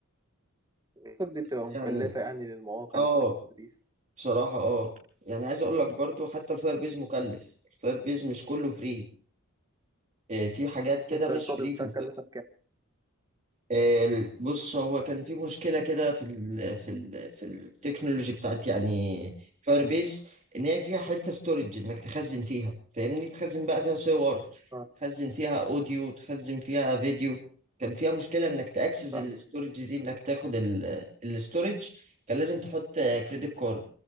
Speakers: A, on the right (about 15°); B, on the right (about 35°).
A: الخطوة دي بتبقى
B: بس
A: مكلفة
B: يعني
A: يعني للمواقع
B: اه
A: اللي بتعمل دي
B: بصراحة اه يعني عايز اقول لك برضو حتى الفاير بيز مكلف الفاير بيز مش كله فري في حاجات كده
A: انت
B: مش
A: الشغل
B: فري
A: بتاعك
B: في
A: كلفك كام؟
B: ال- بص هو كان في مشكلة كده في ال في ال في التكنولوجي بتاعت يعني فاير بيس ان هي فيها حتة ستورج انك تخزن فيها فاهمني تخزن بقى فيها صور
A: اه
B: تخزن فيها اوديو تخزن فيها فيديو كان فيها مشكلة انك تاكسس
A: فاهم
B: الستورج دي انك تاخد الستورج كان لازم تحط كريدت كارد